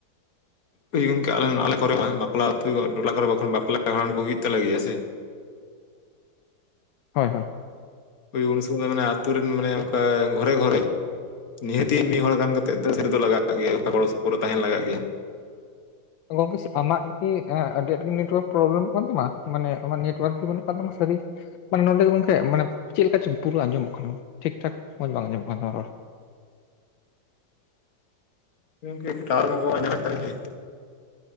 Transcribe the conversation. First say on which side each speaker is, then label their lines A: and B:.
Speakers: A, on the left; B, on the left.
A: ᱦᱳᱭ ᱜᱚᱝᱠᱮ ᱟᱞᱮ ᱟᱞᱮ ᱠᱚᱨᱮ ᱢᱟ ᱵᱟᱯᱞᱟ ᱟᱹᱛᱩ ᱴᱚᱞᱟ ᱠᱚᱨᱮ ᱵᱟᱠᱷᱟᱱ ᱵᱟᱯᱞᱟ ᱵᱷᱟᱸᱟᱱ ᱠᱚ ᱦᱩᱭᱩᱜ ᱛᱟᱞᱮ ᱜᱮᱭᱟ ᱥᱮ
B: ᱦᱳᱭ ᱦᱳᱭ᱾
A: ᱦᱳᱭ ᱩᱱ ᱥᱚᱢᱚᱭ ᱫᱚ ᱢᱟᱱᱮ ᱟᱛᱩ ᱨᱮᱱ ᱢᱟᱱᱮ ᱚᱱᱠᱟ ᱜᱷᱚᱨᱮ ᱜᱷᱚᱨᱮ ᱱᱤᱦᱟᱹᱛ ᱜᱮ ᱢᱤᱫ ᱦᱚᱲ ᱜᱟᱱ ᱠᱟᱛᱮᱫ ᱫᱚ ᱥᱟᱹᱨᱤ ᱫᱚ ᱞᱟᱜᱟᱜ ᱜᱮᱭᱟᱠᱟ ᱜᱚᱲ ᱥᱚᱯᱩᱨ ᱨᱮ ᱛᱟᱦᱮᱱ ᱞᱟᱜᱟᱜ ᱜᱮᱭᱟ᱾
B: ᱜᱚᱝᱠᱮ ᱟᱢᱟᱜ ᱜᱤ ᱟᱰᱤ ᱟᱸᱴ ᱜᱮ ᱱᱮᱴᱚᱣᱟᱨᱠ ᱯᱨᱚᱵᱞᱮᱢᱚᱜ ᱠᱟᱱ ᱛᱟᱢᱟ? ᱢᱟᱱᱮ ᱟᱢᱟᱜ ᱱᱮᱴᱣᱟᱨᱠᱤ ᱵᱟᱹᱱᱩᱜ ᱠᱟᱱ ᱛᱟᱢᱟ ᱥᱟᱹᱨᱤ ᱢᱟᱱᱮ ᱱᱚᱰᱮ ᱫᱚ ᱜᱚᱢᱠᱮ ᱢᱟᱱᱮ ᱪᱮᱫ ᱞᱮᱠᱟ ᱪᱚᱝ ᱯᱩᱨᱟᱹ ᱟᱸᱡᱚᱢᱚᱜ ᱠᱟᱱᱟ᱾ ᱴᱷᱤᱠ ᱴᱷᱟᱠ ᱢᱚᱸᱡᱽ ᱵᱟᱝ ᱟᱸᱡᱚᱢᱚᱜ ᱠᱟᱱᱟ ᱛᱟᱢᱟ ᱨᱚᱲ᱾
A: ᱤᱱᱠᱟᱹ ᱜᱮ ᱴᱟᱣᱣᱟᱨ ᱠᱚ ᱚᱱᱠᱟ ᱵᱟᱭ ᱧᱟᱢ ᱮᱫ ᱛᱟᱹᱞᱤᱧ ᱟᱭ᱾